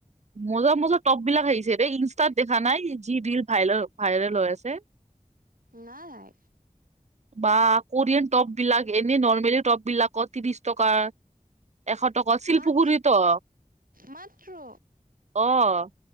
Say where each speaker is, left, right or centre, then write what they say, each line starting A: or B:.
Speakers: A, on the right; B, on the right.
A: মজা মজা টপ বিলাক আহিছে দেই ইনষ্টাত দেখা নাই যি ৰিল ভাইল ভাইৰেল হৈ আছে <unintelligible>
B: নাই
A: বা কোৰিয়ান টপ বিলাক এনে নৰ্মেলি টপ বিলাকৰ ত্ৰিশ টকা এশ টকা শিলপুখুৰী
B: মাত
A: ত
B: মাত্ৰ
A: অ